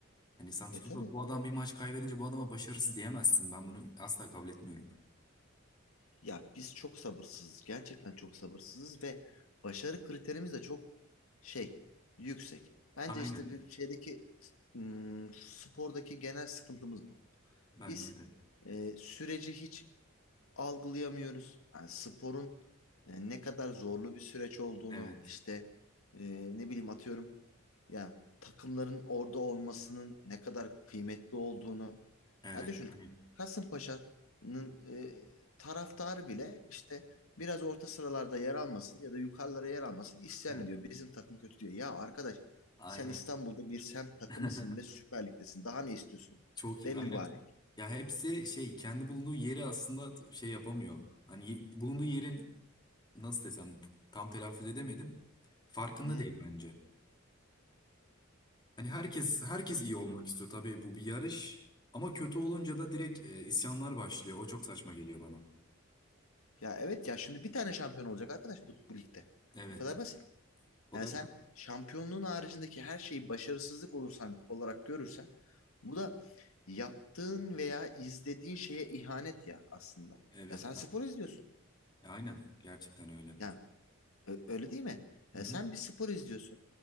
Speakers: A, on the left (about 20°); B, on the left (about 85°).
A: Hani sen
B: E
A: tutup
B: tabii.
A: da bu adam bir maç kaybedince bu adama başarısız diyemezsin ben bunu asla kabul etmiyorum.
B: Ya biz çok sabırsızız. Gerçekten çok sabırsızız ve başarı kriterimiz de çok şey yüksek. Bence
A: Aynen
B: işte bir şeydeki ım, spordaki genel sıkıntımız bu.
A: bence
B: Biz
A: de
B: e, süreci hiç algılayamıyoruz. Yani sporun e, ne kadar zorlu bir süreç olduğunu
A: evet
B: işte e, ne bileyim atıyorum Ya takımların orada olmasının ne kadar kıymetli olduğunu.
A: evet
B: Ya düşün
A: hani
B: Kasımpaşa'nın e, taraftarı bile işte biraz orta sıralarda yer almasın ya da yukarılara yer almasın isyan
A: evet
B: ediyor. Bizim takım kötü diyor. Ya arkadaş
A: aynen
B: sen İstanbul'da bir semt takımısın
A: <laughs>
B: ve Süper Lig'desin. Daha ne istiyorsun?
A: çok iyi
B: Ben
A: aynen.
B: mübarek.
A: Ya hepsi şey kendi bulunduğu yeri aslında şey yapamıyor. Hani ye- bulunduğu yerin nasıl desem tam telaffuz edemedim farkında
B: Hı hı.
A: değil bence. Hani herkes herkes iyi olmak
B: Aynen.
A: istiyor tabii bu bir yarış ama kötü olunca da direkt e, isyanlar başlıyor. O çok saçma geliyor bana.
B: Ya evet ya şimdi bir tane şampiyon olacak arkadaş bu, bu ligde.
A: Evet.
B: Bu kadar basit.
A: O
B: Yani
A: da
B: sen şampiyonluğun haricindeki her şeyi başarısızlık olursan olarak görürsen bu da yaptığın veya izlediğin şeye ihanet ya aslında.
A: evet.
B: Ya sen spor izliyorsun.
A: E, aynen gerçekten öyle.
B: Yani Ö- Öyle değil mi? Yani
A: Hı hı.
B: sen bir spor izliyorsun